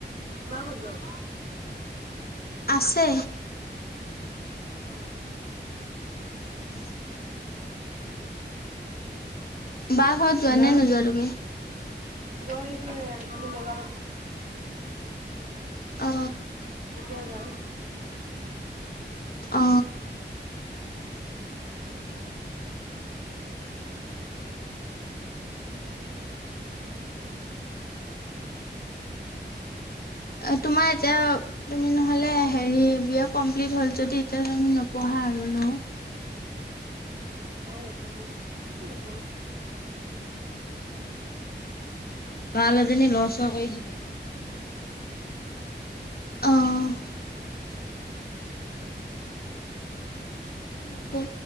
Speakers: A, on the right (about 50°); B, on the left (about 55°).
A: মা ক'ত গ'ল?
B: আছে।
A: অ
B: <inaudible> বাহ ঘৰত যোৱা নে নোযোৱা তুমি?
A: গোৱা যে মানে মেলা ব
B: অ,
A: তেতিয়া যায়।
B: অ, তোমাৰ এতিয়া তুমি নহলে হেৰি বি এ কমপ্লিট হল যদি এতিয়া তুমি নপঢ়া। পহা আৰু ন।
A: নাই নপহো।
B: বাল এজনী লৰ ছৰ কৰি থাকে। আহ, নপৰো